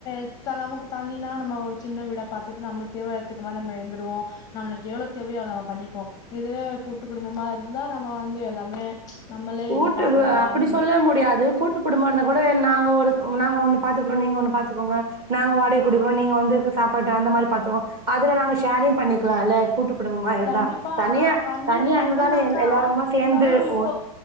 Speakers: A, on the left; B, on the right.
A: இப்ப நமக்கு தனினா நம்ம ஒரு சின்ன வீடா பாத்துட்டு நம்ளுக் தேவைத்துக்கு மாரி நம்ம இந்துருவோ நம்ளுக்கு எவ்ளோ தேவையோ நம்ம பண்ணிப்போ இதுவே கூட்டு குடும்பமா இருந்தா நம்ம வந்து எல்லாமே நம்மளே
B: கூட்டுது
A: இத பாக்குற மாரி
B: அப்டி சொல்ல முடியாது கூட்டு குடும்ப இருந்தா கூட நாங்க ஒரு நாங்க ஒன்னு பாத்துக்குறோ நீங்க ஒண்ணு பாத்துக்கோங்க நாங்க வாடக குடுக்குறோம் நீங்க வந்து இருக்கு சாப்பாடு அந்த மாரி பாத்துவோம் அதுல நாங்க ஷேரிங் பண்ணிக்லாம்ல கூட்டு குடும்பமா இருந்தா
A: கண்டிப்பா
B: தனியா
A: ஆனா பண்ண
B: தனியானுதானே
A: பண்ணலாந்தா
B: எல் எல்லாருமா சேந்து
A: இருந்தாலு இப்போ
B: ஒ